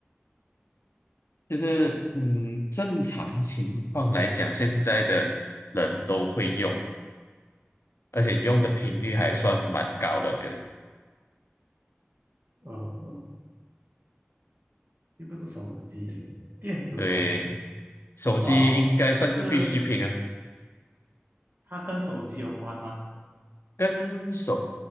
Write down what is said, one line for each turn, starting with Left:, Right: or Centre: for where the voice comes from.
Left: 就是嗯，正常情况来讲，现在的人都会用，而且用的频率还算蛮高的，我觉得。
Right: 呃，又不是手机，电子产品。
Left: 对，手机应该算是必需品了。
Right: 哦，是它跟手机有关吗？
Left: 跟手